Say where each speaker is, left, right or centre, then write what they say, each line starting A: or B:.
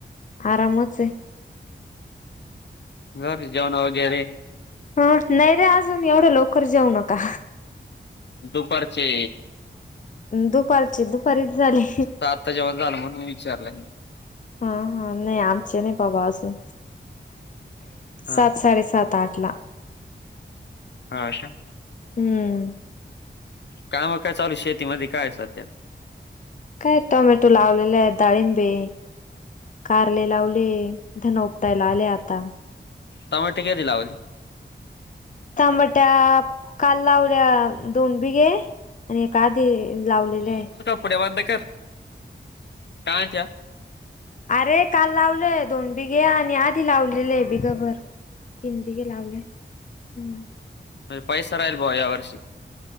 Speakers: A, on the left; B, on the left.
A: आरामच आहे
B: घर जेवण वगैरे
A: ह नाही रे अजून एवढं लवकर जाऊ नका
B: दुपारचे
A: दुपारचे दुपारीच झाले
B: त्याच्याब झालं म्हण मी विचारलंय
A: हा हा नाही आमचे नाही बाबा अजून
B: हा
A: सात साडे सात आठ लाख
B: ह अशा
A: हम्म
B: काम काय चालू शेतीमध्ये काय सध्या
A: काय टमेटो लावलेलाय दाडीिम बी कारले लावले धन उपटायला आले आता
B: तम टिके दिला ब
A: तांबट्या काल लावल्या दोन बिघे आणि आधी लावलेलं आहे
B: कढ वाध कर काय त्या
A: अरे काल लावलंय दोन बिघे आणि आधी लावलेले आहे बिघंभर तीन बघे लावले हम्म
B: लय पाऊस नाही या वर्षी